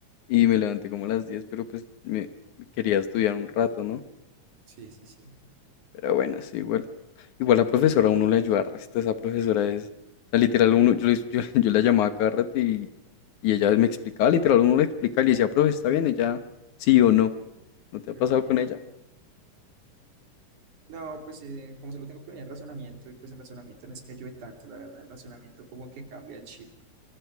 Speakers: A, on the left; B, on the right.
A: Y me levanté como a las diez pero pues me quería estudiar un rato, ¿no?
B: sí, sí, sí,
A: Pero bueno, sí, igual. Igual la profesora, a uno le ayuda resto. Esa profesora es, o sea, literal, uno, yo, le- yo, <laughs> yo la llamaba cada rato y, y ella me explicaba, literal, uno le explicaba y le decía, profe, está bien, ella sí o no. ¿No te
B: qué
A: ha pasado
B: bien.
A: con ella?
B: No, pues eh, como solo tengo con el razonamiento, y pues el razonamiento no es que ayude tanto, la verdad, el razonamiento como que cambia el chip.